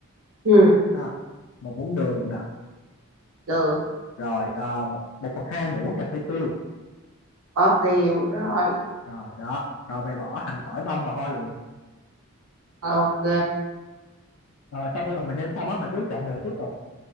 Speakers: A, on the right; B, on the left.
A: ừ
B: ha. một muỗng đường nè,
A: được
B: rồi ờ, một một phần hai muỗng cà phê tiêu
A: có tiêu rồi
B: rồi đó rồi mày bỏ hành tỏi băm vào thôi là được
A: ok
B: rồi sau khi mà mình nêm xong á mình cứ trộn đều tiếp tục